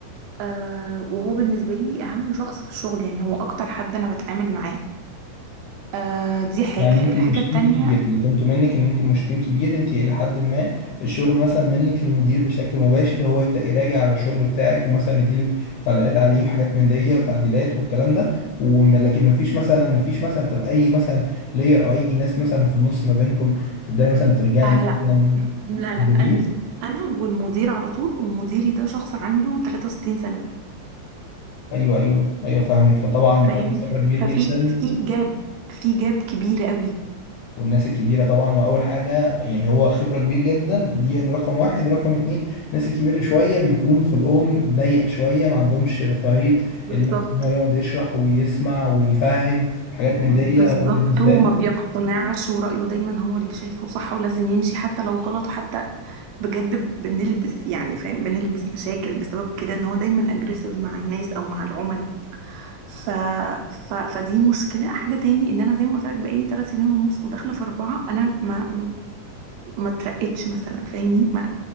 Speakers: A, on the right (about 80°); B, on the left (about 80°).
A: آه وهو بالنسبة لي أهم شخص في الشغل يعني هو أكتر حد أنا بتعامل معاه آه دي حاجة
B: يعني انتوا
A: الحاجة
B: مش
A: التانية
B: تيم كبير اللي فهمته منك ان انت مش تيم كبير انت الى حد ما الشغل مثلا منك للمدير بشكل مباشر هو يبدا يراجع على الشغل بتاعك ومثلا يديلك تعليقات عليه وحاجات من دي وتعديلات والكلام ده وم- لكن مفيش مثلا مفيش مثلا تبقى اي مثلا لاير او اي ناس مثلا في النص ما بينكم تبداي مثلا ترجعي
A: آه
B: ليه
A: لا
B: مثلا
A: لا لا
B: موجودين
A: أنا أنا والمدير على طول ومديري ده شخص عنده 63 سنة
B: ايوه ايوه ايوه فاهمك فطبعا
A: فاهمني
B: فرق خبره كبير
A: ففي
B: جدا
A: في جاب في جاب كبير قوي
B: والناس الكبيرة طبعا هو أول حاجة يعني هو خبرة كبير جدا دي يعني رقم واحد رقم اتنين الناس الكبيرة شوية بيكون خلقهم ضيق شوية ما عندهمش رفاهية
A: بالظبط
B: الوقت إن هو يقعد يشرح ويسمع ويفهم حاجات من
A: بالظبط
B: دي هو بالنسبة
A: وما
B: له
A: بيقتنعش ورأيه دايما هو اللي شايفه صح ولازم يمشي حتى لو غلط وحتى بجد بنلبس يعني فاهم بنلبس مشاكل بسبب كده ان هو دايما اجريسيف مع الناس او مع العملاء ف... ف... فدي مشكلة حاجة تاني ان انا زي ما قلت لك بقالي ثلاث سنين ونص وداخلة في اربعة انا ما ما اترقتش مثلا فاهمني ما